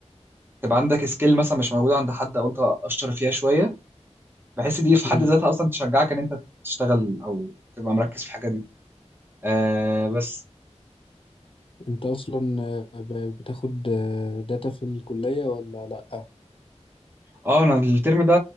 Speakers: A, on the right; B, on the left.
A: تبقى عندك سكيل مثلا مش موجوده عند حد او انت اشطر فيها شويه بحس دي في
B: امم
A: حد ذاتها اصلا تشجعك ان انت تشتغل او تبقى مركز في الحاجه دي آه بس
B: انت اصلا آه، ب- بتاخد آه، داتا في الكلية ولا لا
A: اه انا الترم ده